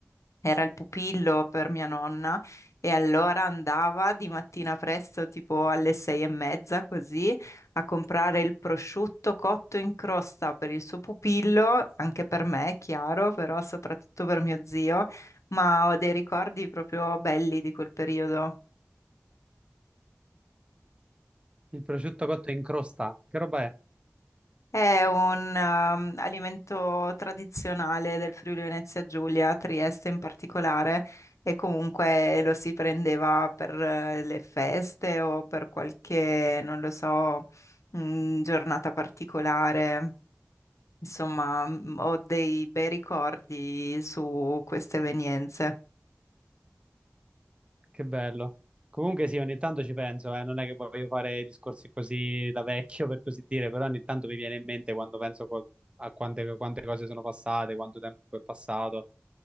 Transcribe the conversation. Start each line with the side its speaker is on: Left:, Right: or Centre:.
Left: era il pupillo per mia nonna e allora andava di mattina presto, tipo alle sei e mezza così, a comprare il prosciutto cotto in crosta per il suo pupillo, anche per me, chiaro, però soprattutto per mio zio, ma ho dei ricordi proprio belli di quel periodo.
Right: il prosciutto cotto in crosta, che roba è?
Left: È un ehm, alimento tradizionale del Friuli Venezia Giulia, Trieste in particolare, e comunque lo si prendeva per eh, le feste o per qualche, non lo so, mh, giornata particolare. Insomma, mh, ho dei bei ricordi su queste evenienze.
Right: Che bello. Comunque sì, ogni tanto ci penso, eh, non è che voglio fare discorsi così da vecchio, per così dire, però ogni tanto mi viene in mente quando penso co- a quante, quante cose sono passate, quanto tempo è passato,